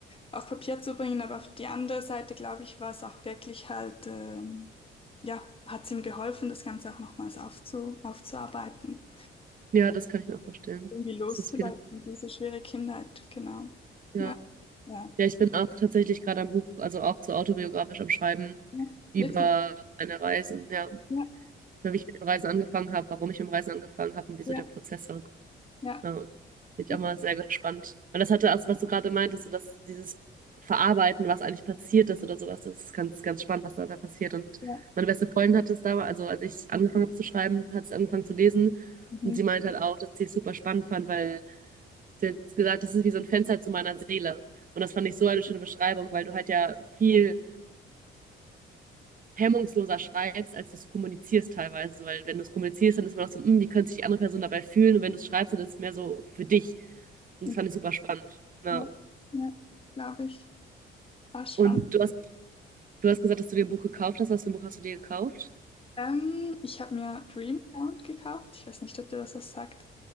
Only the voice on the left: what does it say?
auf Papier zu bringen. Aber auf die andere Seite, glaube ich, war es auch wirklich halt, ähm, ja, hat es ihm geholfen, das Ganze auch nochmals aufzu, aufzuarbeiten.
irgendwie loszulassen,
diese schwere Kindheit, genau.
Ja, ja,
ja,
wirklich.
Ja,
ja,
ja,
wirklich.
Ja,
mhm.
mhm,
ja, ja, glaube ich. Ah, spannend.
Ähm, ich habe mir Dreamcount gekauft. Ich weiß nicht, ob dir das was sagt.